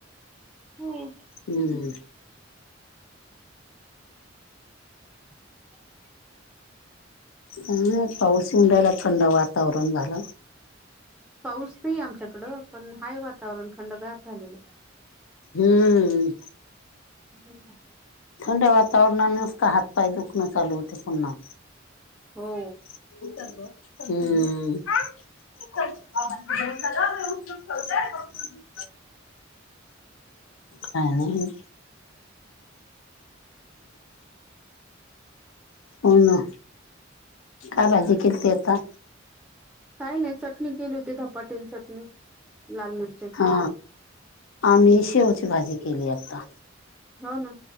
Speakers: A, in the centre; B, on the left.
A: हो
B: हम्म
A: <inaudible>
B: काय नाय पाऊस उंडायला थंड वातावरण झालं.
A: पाऊस नाही आमच्याकडं पण हाय वातावरण थंडगार झालेल.
B: हम्म
A: ब
B: थंड वातावरणा नसत हात पाय दुखणं चालू होते पुन्हा
A: हो
B: हम्म ठी आहे उ ठवयघ ह नाही
A: ह
B: हो ना काय बाजी खेलतेता
A: काय नाही चटणी केली होती धपाट्याने चटणी लाल मिरच्याची
B: हा
A: हम्म
B: आम्ही शेवची भाजी केली आता.
A: हो ना.